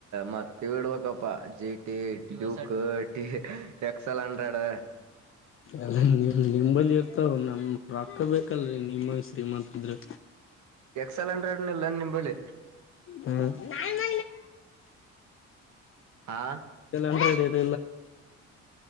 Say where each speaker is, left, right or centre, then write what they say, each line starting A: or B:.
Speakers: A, on the right; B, on the left.
A: ಮತ್ತ ಇಡ್ಬೇಕಪ್ಪ ಜಿಟಿ ಡ್ಯೂಕ್ ಟ ಎಕ್ಸ್ ಎಲ್ ಹಂಡ್ರೆಡ್
B: ಎಲ್ಲ ನಿಂಬಲ್ಲಿ ಇರ್ತಾವ ನಮ ರಾಕ್ಕ ಬೇಕಲ್ರಿ ನಿಮ್ಮಂಗ ಶ್ರೀಮಂತದ್ರ
A: ಎಕ್ಸೆಲ್ ಹಂಡ್ರೆಡ್ ನಿ ಇಲ್ಲ ನಿಮ ಬಲಿ
B: ಹ ಮಲ್ಲ
A: ಹಾ
B: ಆನ್ ಮ